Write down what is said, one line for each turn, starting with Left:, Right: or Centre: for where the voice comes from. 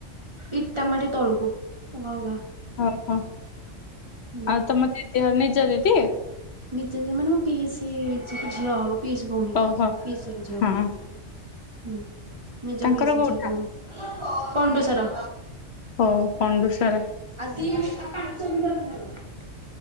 Right: ଇଟା ମାଟି ତଳକୁ ତମ ଗାଁ।
Left: ଓହୋ
Right: ହୁଁ
Left: ଆଉ ତମ ଦିଦି ଘର ନିଜ ଦିଦି?
Right: ନିଜେ ଝିଅମାନେ ମୋ ପିସି ଝି ଝିଅ ହବ ପିସି ଭିଉଣୀ
Left: ଓହୋ
Right: ପିଏସ୍ସି ଝିଅ
Left: ହଁ
Right: ଭଉଣୀ। ହଁ ନିଜ
Left: ତାଙ୍କର
Right: ପିସି
Left: କୋଉଠା
Right: ଝିଅ ଭଉଣୀ ପଣ୍ଡୁସାର।
Left: ଓ ପଣ୍ଡୁସାର।
Right: ଆଦି ଆ ପାଞ୍ଚ ମିଟର ଦୂର।